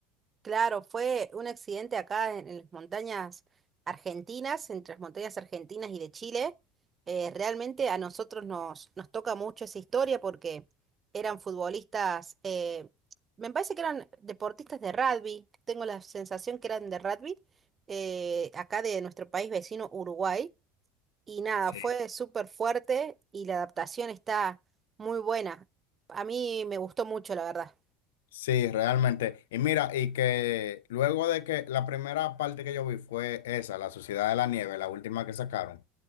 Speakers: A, on the right; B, on the left.
A: Claro, fue un accidente acá en, en las montañas argentinas, entre las montañas argentinas y de Chile. Eh, realmente a nosotros nos, nos toca mucho esa historia porque eran futbolistas, eh, me parece que eran deportistas de rugby, tengo la sensación que eran de rugby, eh, acá de nuestro país vecino Uruguay. Y nada,
B: Sí.
A: fue súper fuerte y la adaptación está muy buena. A mí me gustó mucho, la verdad.
B: Sí, realmente. Y mira, y que luego de que la primera parte que yo vi fue esa, La Sociedad de la Nieve, la última que sacaron.